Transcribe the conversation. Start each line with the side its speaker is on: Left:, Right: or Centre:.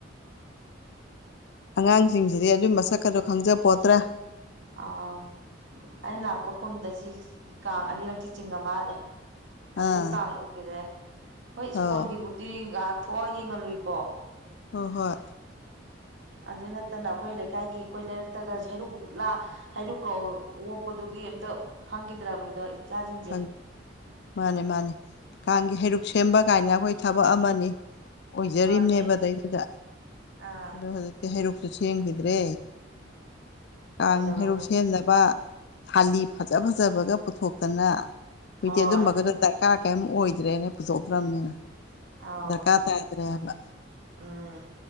Left: ꯑꯉꯥꯡꯖꯤꯡꯖꯤꯗꯤ ꯑꯗꯨꯏ ꯃꯁꯛꯀꯗꯣ ꯈꯪꯖꯄꯣꯠꯇ꯭ꯔꯦ
Right: ꯑꯥ ꯑꯩ ꯂꯥꯛꯄ ꯀꯨꯝꯗ ꯁꯤ ꯀꯥꯡ ꯑꯅꯤꯔꯛꯇꯤ ꯆꯤꯡꯉ ꯃꯥꯜꯂꯦ
Left: ꯑꯥ
Right: ꯑꯗꯨꯗꯩ ꯀꯥꯡ ꯎꯒꯤꯗ꯭ꯔꯦ ꯍꯣꯏ
Left: ꯑꯧ
Right: ꯁ꯭ꯀꯨꯜꯒꯤꯕꯨꯗꯤ ꯉꯥꯏꯍꯛ ꯊꯣꯛꯑ ꯌꯦꯡꯍꯜꯂꯨꯏꯀꯣ
Left: ꯍꯣꯏ ꯍꯣꯏ
Right: ꯑꯗꯨ ꯅꯠꯇꯅ ꯑꯈꯣꯏ ꯂꯩꯀꯥꯏꯒꯤ ꯑꯈꯣꯏ ꯂꯩꯔꯛꯇꯒ ꯍꯩꯔꯨꯛꯂꯥꯛ ꯍꯩꯔꯨꯛꯀ ꯑꯣꯛꯄꯗꯨꯒꯤ ꯑꯝꯇ ꯈꯪꯒꯤꯗ꯭ꯔꯕꯅꯤꯗꯣ ꯏꯆꯥꯖꯤꯡꯖꯦ
Left: ꯈꯪ ꯃꯥꯅꯦ ꯃꯥꯅꯦ ꯀꯥꯡꯒꯤ ꯍꯩꯔꯨꯛ ꯁꯦꯝꯕ ꯀꯥꯏꯅ ꯑꯈꯣꯏ ꯊꯕꯛ ꯑꯃꯅꯤ ꯑꯣꯏꯖꯔꯤꯝꯅꯦꯕ
Right: ꯃꯥꯅꯦ
Left: ꯑꯗꯩꯗꯨꯗ
Right: ꯑꯥ
Left: ꯑꯗꯣ ꯍꯧꯖꯤꯛꯇꯤ ꯍꯩꯔꯨꯛꯁꯨ ꯁꯦꯝꯒꯤꯗ꯭ꯔꯦ ꯀꯥꯡ
Right: ꯀꯩꯗꯧꯔꯝꯅꯣ
Left: ꯍꯩꯔꯨꯛ ꯁꯦꯝꯅꯕ ꯊꯥꯂꯤ ꯐꯖ ꯐꯖꯕꯒ ꯄꯨꯊꯣꯛ ꯅ ꯍꯧꯖꯤꯛꯇꯤ
Right: ꯍꯣꯏ
Left: ꯑꯗꯨꯝꯕꯒꯗꯣ ꯗꯔꯀꯥꯔ ꯀꯦꯝ ꯑꯣꯏꯗ꯭ꯔꯦꯅꯦ ꯄꯨꯊꯣꯛꯇ꯭ꯔꯝꯅꯤꯅ
Right: ꯑꯥꯎ
Left: ꯗꯔꯀꯥꯔ ꯇꯗ꯭ꯔꯦꯕ
Right: ꯎꯝ